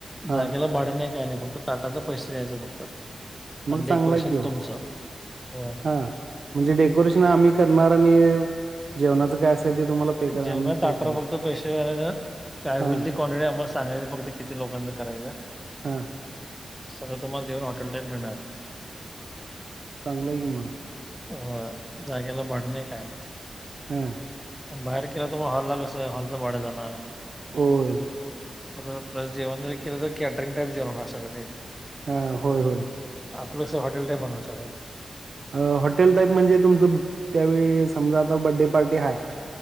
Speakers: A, on the right; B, in the centre.
A: हा
B: जागेला भाडं नाही काय नाही फक्त ताटाचा पैसे द्यायचं फक्त.
A: मग
B: आणि डेकोरेशन
A: चांगला आहे कि ओ
B: तुमचं होय.
A: हा म्हणजे डेकोरेशन आम्ही करणार आणि जेवणाचं काय असेल ते तुम्हाला. पे करा
B: जेवण
A: आम्ही पे
B: ताटर
A: करणार
B: फक्त पैसे वयच. काय होईल
A: हा
B: ते क्वांटिटीम्हाला सांगायची फक् किती लोकांना करायचं.
A: हा.
B: सगळं तुम्हाला घऊन हॉटेल टाईम मिळणार.
A: चांगलं आहे की मग
B: हो जागेला भडणे काय नाही.
A: हम.
B: बाहेर केेला तुम्हा हॉल लागे हॉल तर वाढा जाणार.
A: होय
B: प्लस जेवण तरी केलं कॅटरिंग टाईप जेवण. न ते
A: हा होय होय
B: आपलंस हॉटेल नाही बनवात.
A: अ हॉटेल टाईप म्हणजे तुमचं त्यावेळी समजा आता बर््डे पार्टी हा.